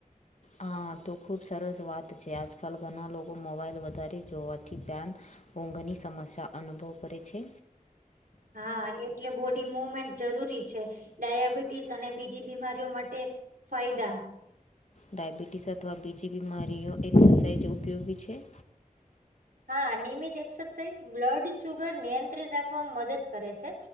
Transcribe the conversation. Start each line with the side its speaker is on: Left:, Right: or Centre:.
Left: હા તો ખૂબ સરસ વાત છે આજકાલ ઘણા લોકો મોબાઈલ વધારે જોવાથી પન ઊંઘની સમસ્યા અનુભવ કરે છે
Right: હા એટલે બોડી મુવમેન્ટ જરૂરી છે ડાયાબિટીસ અને બીજી બીમારીઓ માટે ફાયદા
Left: ડાયાબિટીસ અથવા બીજી બીમારીઓ એક્સરસાઇઝ ઉપયોગી છે
Right: હા નિયમિત એક્સરસાઇઝ બ્લડ સુુગર નિયંત્રિત રાખવાવામાં મદદ કરે છે